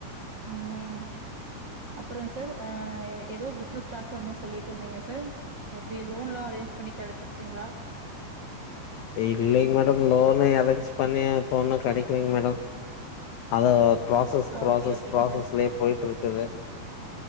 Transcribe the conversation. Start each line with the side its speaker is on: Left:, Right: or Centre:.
Right: ம் அப்றோ சார் ஆ எதோ பிஸ்னஸ் ஸ்டார்ட் பண்ணு சொல்லிட்ருந்தீங்க சார் எப்டி லோன்லா அரேஞ்ச் பண்ணி கெடைச்சிருச்சிங்ளா
Left: இல்லைங் மேடம் லோன அரேஞ்ச் பண்ணி இப்போ ஒன்னு கெடைக்கலைங்கக்ஞற மேடம் அதப் பிராசஸ் பிராசஸ்
Right: ஓகே ஓகேங்க
Left: பிராசஸ்லயே
Right: சார்
Left: போய்ட்டு இருக்குது